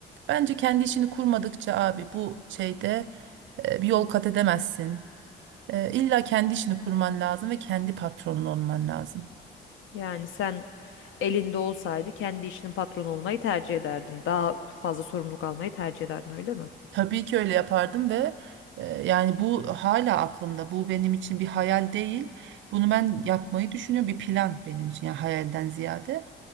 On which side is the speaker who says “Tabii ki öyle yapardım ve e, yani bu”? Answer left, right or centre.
Right